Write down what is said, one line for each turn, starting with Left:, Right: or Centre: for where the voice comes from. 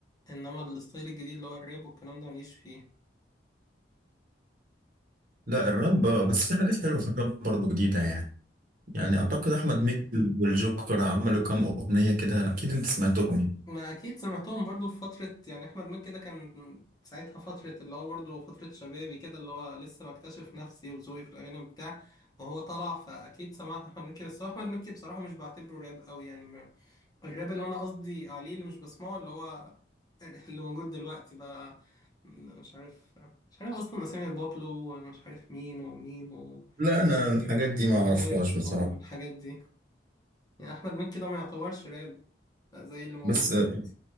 Left: إنما الستايل الجديد اللي هو الراب والكلام ده مليش فيه
Right: لا الراب آه، بس في حاجات حلوه في الراب برضه جديده يعني يعني اعتقد احمد مكي والجوكر عملوا كام اغنيه كده اكيد انت سمعتهم يعني
Left: ما اكيد سمعتهم برضو في فترة يعني احمد مكي ده كان ساعتها فترة اللي هو برضو فترة شبابي كده اللي هو لسه بكتشف نفسي وذوقي في الاغاني بتاع وهو طلع فاكيد سمعت احمد مكي بس هو احمد مكي بصراحة مش بعتبره راب قوي يعني ما- الراب اللي انا قصدي عليه اللي مش بسمعه اللي هو اللي موجود دلوقتي بقى مش عارف مش عارف اصلا اسامي بابلو ومش عارف مين ومين و...
Right: لا انا الحاجات دي ما اعرفهاش
Left: وويجز
Right: بصراحه
Left: والحاجات دي يعني احمد مكي ده ما يعتبرش راب زي اللي موجود
Right: بس آه،
Left: دلوقتي